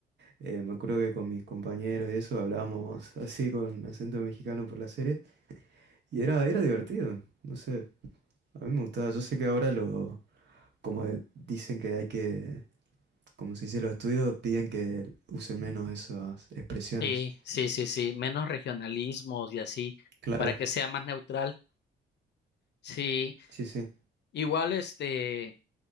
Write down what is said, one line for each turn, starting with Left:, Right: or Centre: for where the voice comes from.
Right: eh, me acuerdo que con mis compañeros y eso hablábamos <laughs> así con acento mexicano por las series y era, era divertido, no sé, a mí me gustaba, yo sé que ahora lo, como dicen que hay que como se dice, los estudios piden que use menos esas expresiones.
Left: Sí, sí, sí, sí, menos regionalismos y así,
Right: Claro.
Left: para que sea más neutral. Sí,
Right: Sí, sí.
Left: igual este,